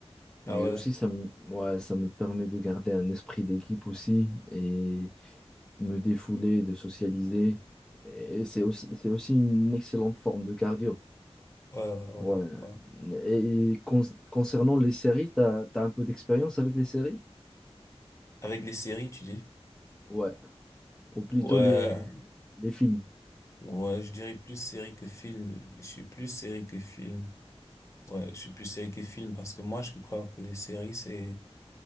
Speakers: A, on the left; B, in the centre.
A: Ah
B: Et
A: ouais,
B: aussi, ça me, ouais, ça me permet de garder un esprit d'équipe aussi et me défouler, de socialiser. Et c'est aussi, c'est aussi une excellente forme de cardio.
A: ouais, ouais,
B: Ouais.
A: ouais. ouais.
B: Et con- concernant les séries, t'as, t'as un peu d'expérience avec les séries?
A: Avec les séries, tu dis?
B: Ouais. Ou plutôt
A: Ouais,
B: les, les films.
A: ouais, je dirais plus série que film. Je suis plus série que film. Ouais, je suis plus série que film parce que moi, je crois que les séries, c'est,